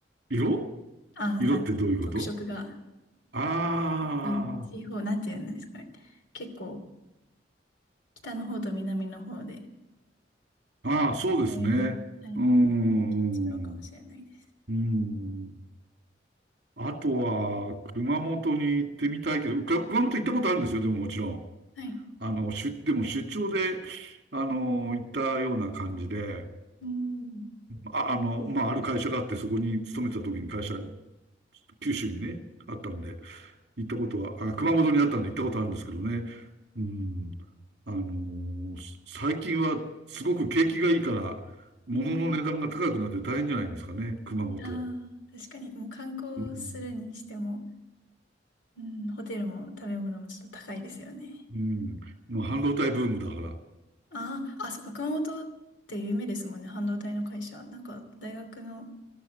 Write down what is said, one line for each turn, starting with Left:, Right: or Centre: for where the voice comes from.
Right: 色
Left: ああ、
Right: 色ってどういうこと
Left: なんていうの、特色が、
Right: あ
Left: なん地方、なんていうんですかね。結構、北の方と南の方で、
Right: あ、ああ、そうですね。
Left: だいぶ、はい、
Right: うーん。
Left: 雰囲気が違うかもしれないです。
Right: うん。あとは、熊本に行ってみたいけど、か熊本行ったことあるんですよ、でももちろん。
Left: はい。
Right: あの、出、でも出張で、あの、行ったような感じで、
Left: うん
Right: あ、あの、まあ、ある会社があって、そこに勤めてた時に会社、九州にね、あったんで、行ったことは、あ、熊本にあったんで行ったことあるんですけどね。うん。あの、す最近はすごく景気がいいから、物の値段が高くなって大変じゃないんですかね、
Left: うん
Right: 熊本。
Left: ああ、確かに、もう観光するにしても、
Right: うん
Left: うん、ホテルも食べ物もちょっと高いですよね。
Right: うん。もう半導体ブームだから。
Left: ああ、あ、そっか、熊本って有名ですもんね、半導体の会社。なんか、大学の、